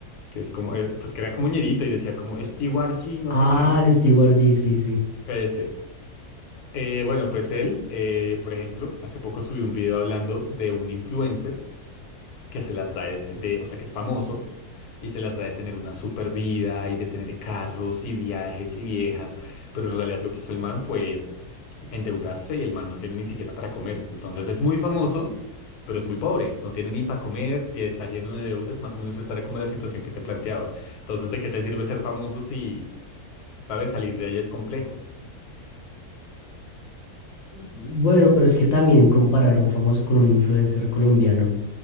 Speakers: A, on the left (about 80°); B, on the left (about 65°).
A: que es como, eh, pues que era como ñerito y decía como Stewart G, no
B: Ah,
A: sé qué.
B: el Steward G, sí, sí.
A: Ese. Eh, bueno, pues él, eh, por ejemplo, hace poco subió un video hablando de un influencer que se las da de, de- o sea, que es famoso y se las da de tener una super vida y de tener carros y viajes y viejas, pero en realidad lo que hizo el man fue endeudarse y el man no tiene ni siquiera para comer. Entonces es muy famoso, pero es muy pobre, no tiene ni para comer, tie- está lleno de deudas, más o menos esta era como la situación que te planteaba. Entonces, ¿de qué te sirve ser famoso si, sabes, salir de ahí es complejo?
B: Bueno, pero es que también comparar a un famoso con un influencer colombiano.